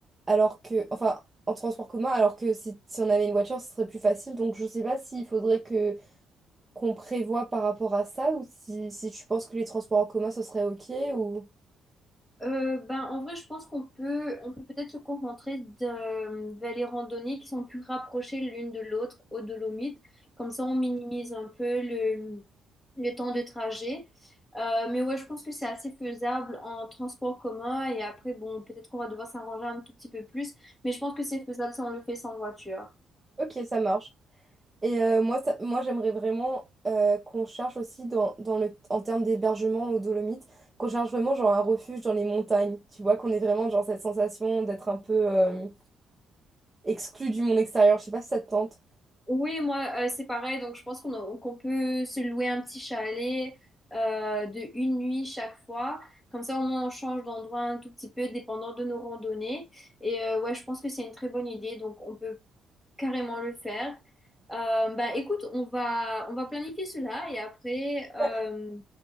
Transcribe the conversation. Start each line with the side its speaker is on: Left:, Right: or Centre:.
Right: Alors que, enfin, en transport commun, alors que si, si on avait une voiture, ce serait plus facile. Donc, je sais pas s'il faudrait que qu'on prévoie par rapport à ça ou si, si tu penses que les transports en commun, ce serait OK ou...
Centre: Euh, ben, en vrai, je pense qu'on peut, on peut peut-être se concentrer de- vers les randonnées qui sont plus rapprochées l'une de l'autre aux Dolomites Comme ça, on minimise un peu le, le temps de trajet. Euh, mais ouais, je pense que c'est assez faisable en transport commun. Et après, bon, peut-être qu'on va devoir s'arranger un tout petit peu plus. Mais je pense que c'est faisable si on le fait sans voiture.
Right: OK, ça marche. Et euh, moi, ça- moi j'aimerais vraiment euh, qu'on cherche aussi dans, dans le, en termes d'hébergement aux Dolomites, qu'on cherche vraiment genre un refuge dans les montagnes. Tu vois, qu'on ait vraiment genre cette sensation d'être un peu euh, exclu du monde extérieur. Je sais pas si ça te tente.
Centre: Oui, moi, euh, c'est pareil. Donc, je pense qu'on a- qu'on peut se louer un petit chalet euh, de une nuit chaque fois. Comme ça, au moins, on change d'endroit un tout petit peu, dépendant de nos randonnées. Et euh, ouais, je pense que c'est une très bonne idée. Donc, on peut carrément le faire. Euh, bah, écoute, on va, on va planifier cela et après, euh,
Right: Ouais.